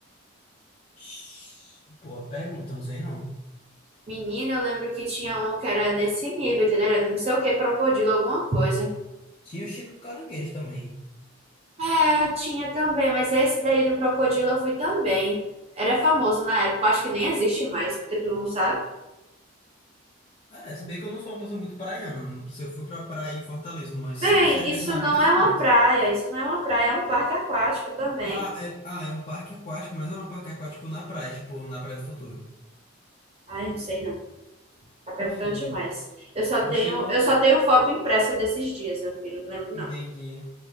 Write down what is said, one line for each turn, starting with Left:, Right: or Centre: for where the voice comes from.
Left: Shhh, Boa pergunta, não sei não.
Right: Menina, eu lembro que tinha um que era nesse nível, entendeu? Era não sei o que, crocodilo, alguma coisa.
Left: Tinha o Chico do Caranguejo também.
Right: É, tinha também, mas esse daí do crocodilo eu fui também. Era famoso na época, eu acho que nem existe mais, porque tu não sabe.
Left: É, se bem que eu não sou uma pessoa muito praiana. Se eu fui pra praia em Fortaleza umas
Right: Bem,
Left: 5 6
Right: isso
Left: vezes na
Right: não
Left: vida, foi
Right: é uma
Left: muito.
Right: praia, isso não é uma praia, é um parque aquático também.
Left: Ah, é, ah, é um parque aquático, mas não é um parque aquático na praia, tipo, na Praia do Futuro.
Right: Ai, não sei não, tá perguntando
Left: Enfim,
Right: demais.
Left: né?
Right: Eu só tenho,
Left: O Chico,
Right: eu só tenho foto impressa desses dias, meu filho, não lembro
Left: entendi.
Right: não.